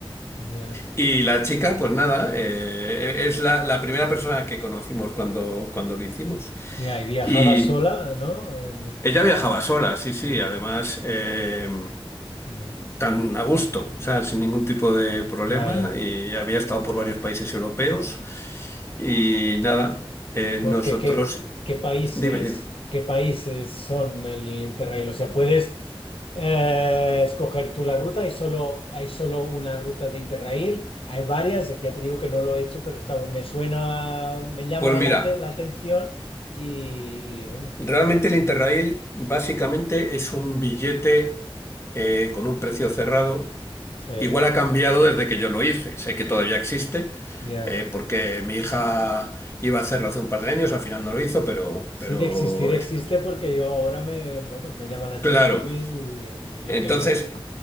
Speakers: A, on the left (about 75°); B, on the left (about 30°).
A: Ya.
B: y la chica, pues nada, eh, es la, la primera persona que conocimos cuando, cuando lo hicimos.
A: Ya, y viajaba
B: Y
A: sola, ¿no? El-
B: ella viajaba sola, sí, sí,
A: ya,
B: además eh,
A: mm,
B: tan a gusto, o sea, sin ningún tipo de problema.
A: Claro.
B: Y había estado por varios países europeos. Y nada, eh,
A: Porque
B: nosotros,
A: qué, qué países,
B: dime, dime.
A: qué países son el Interrail. O sea, puedes eh, escoger tú la ruta. Hay solo, hay solo una ruta de Interrail. Hay varias. Ya te digo que no lo he hecho, pero estaba- me suena, me llama
B: Pues mira,
A: la, ite- la atención. Y, y, vamos,
B: realmente
A: tengo.
B: el Interrail básicamente es un billete eh, con un precio cerrado
A: Sí,
B: Igual ha cambiado desde que yo lo hice. Sé que todavía existe,
A: ya.
B: eh, porque mi hija iba a hacerlo hace un par de años, al final no lo hizo, pero,
A: Sí,
B: pero
A: de existir existe
B: es-
A: porque yo ahora me, vamos, me llama la atención
B: claro.
A: y, y- y lo
B: Entonces,
A: que no es.